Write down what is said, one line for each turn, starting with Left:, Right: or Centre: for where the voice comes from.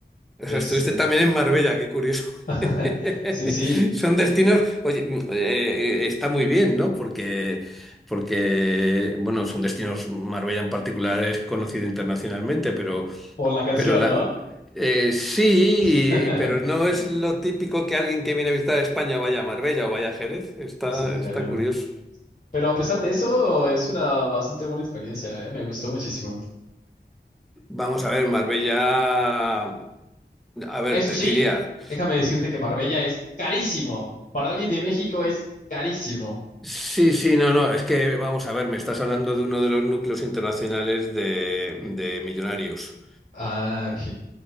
Centre: O
Left: este,
Centre: sea, estuviste también en Marbella, qué curioso.
Left: <laughs>
Centre: <laughs>
Left: sí, sí,
Centre: Son destinos, oye, mm, eh, eh, está muy bien, ¿no? Porque, porque, bueno, son destinos, Marbella en particular es conocido internacionalmente, pero,
Left: por la canción,
Centre: pero la,
Left: ¿no?
Centre: eh, sí,
Left: <laughs>
Centre: y- pero no es lo típico que alguien que viene a visitar España vaya a Marbella o vaya a Jerez. Está,
Left: Sí, claro.
Centre: está curioso.
Left: Pero a pesar de eso, es una bastante buena experiencia, ¿eh? Me gustó muchísimo.
Centre: Vamos a ver, Marbella, a ver,
Left: Eso
Centre: te
Left: sí,
Centre: diría.
Left: déjame decirte que Marbella es carísimo. Para alguien de México es carísimo.
Centre: Sí, sí, no, no, es que vamos a ver, me estás hablando de uno de los núcleos internacionales de, de millonarios.
Left: Ah, ok.